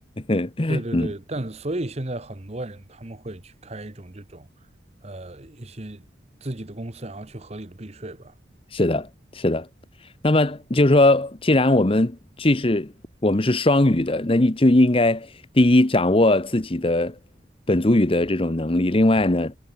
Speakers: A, on the left; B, on the right.
A: <laughs>
B: 对对对，
A: 嗯，
B: 但所以现在很多人他们会去开一种这种，呃，一些自己的公司，然后去合理的避税吧。
A: 是的，是的。那么就是说，既然我们既是我们是双语的，那你就应该第一掌握自己的本族语的这种能力，另外呢，